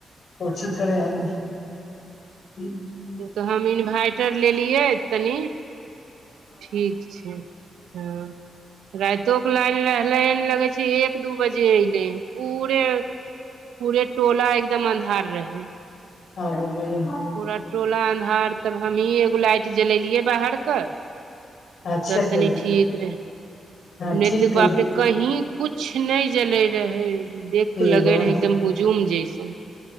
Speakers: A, on the left; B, on the right.
A: को चीज करै आदमी
B: ओ त हम इन्भाइटर लेलियै तनि ठीक छै हँ राइतो के लाइन न रहले लगै छै एक दू बजे अयलै पूरे पूरे टोला एकदम अन्हार रहेै
A: आ म <unintelligible>
B: पूरा टोला अन्हार तब हमही एगो लाइट जलेलियै बाहर क
A: अच्छे
B: तब तनी
A: कैल
B: ठीक रहै
A: हँ
B: नैत
A: ठीक कैल
B: बाप रे कही कुछ नहि जले रहै देख
A: कि
B: के
A: एगो
B: लगे रहै एकदम हुजूम जैसे